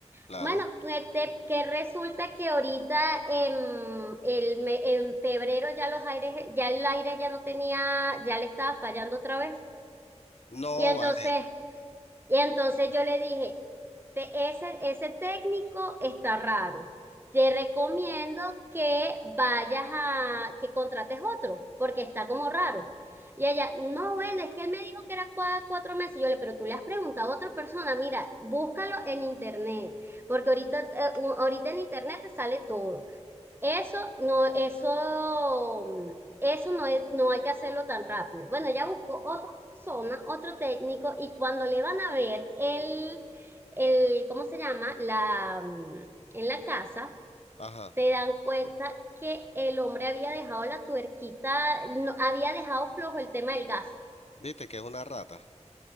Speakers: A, on the left; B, on the right.
A: Claro.
B: Bueno, pues te- que resulta que ahorita en, el me- en febrero ya los aires, ya el aire ya no tenía, ya le estaba fallando otra vez.
A: No,
B: Y entonces,
A: vale.
B: y entonces yo le dije, te- ese, ese técnico está raro. Te recomiendo que vayas a, que contrates otro, porque está como raro. Y ella, no, bueno, es que él me dijo que era cua- cuatro, meses. Y yo le, pero tú le has preguntado a otra persona, mira, búscalo en internet, porque ahorita, eh, u- ahorita en internet te sale todo. Eso no, eso, mm, eso no es- no hay que hacerlo tan rápido. Bueno, ella buscó otra persona, otro técnico, y cuando le van a ver el, el, ¿cómo se llama? La, mm, en la casa,
A: Ajá.
B: se dan cuenta que el hombre había dejado la tuerquita, no, había dejado flojo el tema del gas.
A: Viste que es una rata.